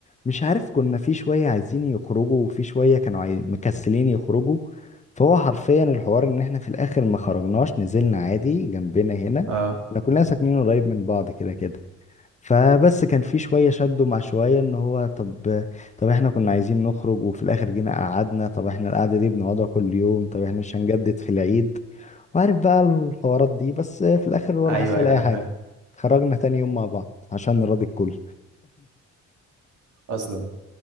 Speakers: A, on the left; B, on the right.
A: مش عارف كنا في شوية عايزين يخرجوا وفي شوية كانوا عاي... مكسلين يخرجوا فهو حرفيا الحوار ان احنا في الاخر ما خرجناش نزلنا عادي جنبنا هنا
B: آه.
A: احنا كلنا ساكنين قريب من بعض كده كده فبس كان في شوية شدوا مع شوية ان هو طب طب احنا كنا عايزين نخرج وفي الاخر جينا قعدنا طب احنا القعدة دي بنقعدها كل يوم طب احنا مش هنجدد في العيد وعارف بقى الحوارات دي بس في الاخر ولا
B: ايوه
A: حصل
B: ايوه
A: اي
B: انا
A: حاجة
B: فاهم
A: خرجنا تاني يوم مع بعض عشان نراضي الكل
B: اصلا